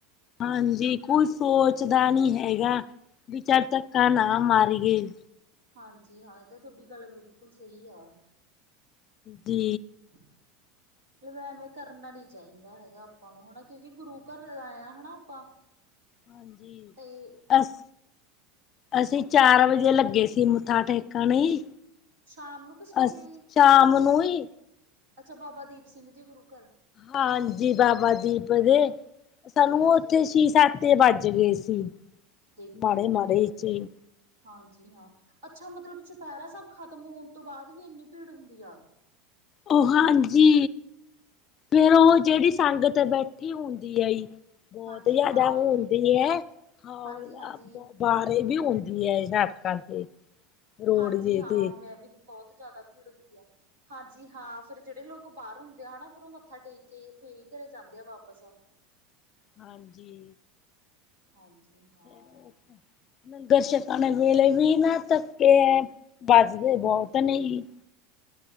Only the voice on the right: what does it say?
ਹਾਂਜੀ ਹਾਂ, ਤੇ ਤੁਹਾਡੀ ਗੱਲ ਬਿਲਕੁਲ ਸਹੀ ਐ।
<inaudible> ਮਤਲਬ ਐਵੇਂ ਕਰਨਾ ਨੀ ਚਾਈਦਾ ਹੈਗਾ ਆਪਾਂ ਨੂੰ ਹਨਾ, ਕਿਉਂਕਿ ਗੁਰੂ ਘਰ ਆਏ ਆਂ ਹਨਾ ਆਪਾਂ <inaudible>
ਤੇ
ਸ਼ਾਮ ਨੂੰ ਕਿ ਸਵੇਰੇ
ਈ?
ਅੱਛਾ, ਬਾਬਾ ਦੀਪ ਸਿੰਘ ਜੀ ਗੁਰੂ ਘਰ।
ਅੱਛਾ
ਜੀ
ਦੇਖੋ
ਫੇਰ
ਤੁਸੀਂ
ਹਾਂਜੀ, ਹਾਂ। ਅੱਛਾ ਮਤਲਬ ਚੁਪਹਿਰਾ ਸਾਬ ਖ਼ਤਮ ਹੋਣ ਤੋਂ ਬਾਅਦ ਵੀ ਇੰਨੀ ਭੀੜ ਹੁੰਦੀ ਆ।
ਅੱਛਾ
ਜੀ
ਹਾਂਜੀ
ਹਾਂ
ਹਾਂਜੀ ਹਾਂਜੀ
ਹਾਂਜੀ ਹਾਂ,
ਮੈਂ ਵੀ ਤੇ ਬੋਤ ਜ਼ਿਆਦਾ ਭੀੜ ਹੁੰਦੀ ਐ। ਹਾਂਜੀ ਹਾਂ ਫੇਰ ਜਿਹੜੇ ਲੋਕ ਬਾਹਰ ਹੁੰਦੇ ਆ ਹਨਾਂ ਫਿਰ ਉਹ ਮੱਥਾ ਟੇਕ ਕੇ ਫੇਰ ਈ ਘਰੇ ਜਾਂਦੇ ਆ ਵਾਪਸ। <inaudible>
ਹਾਂਜੀ। ਹਾਂ।